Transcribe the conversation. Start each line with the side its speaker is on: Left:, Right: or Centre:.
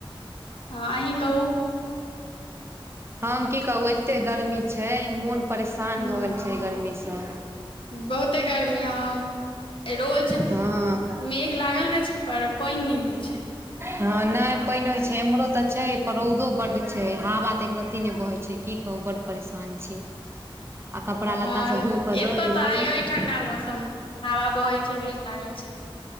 Left: हाँ अहि कहूँ।
Right: हम की कहूँ एते गर्मी छैय, मोन परेशान
Left: ह
Right: भऽ गेल छैय। एतै गरमीसँ
Left: बहुते गर्मी हाँ रोज --
Right: हँ
Left: मेघ लागल रहै छै पर पाइन नै होइ छइ।
Right: हॅं नय पाइन होइ छै इम्हरो तऽ छैय। रौउदो बड्ड छै हवा तऽ एक रत्ती ने बहै छै की कहू बड्ड परेशान छी। आ कपड़ा
Left: हॅं
Right: लत्ता सब धो कऽ
Left: एत्तऽ
Right: दऽ देलियै
Left: त आय अइ ठंडा मौसम हवा बहय छै मेघ लागल छय।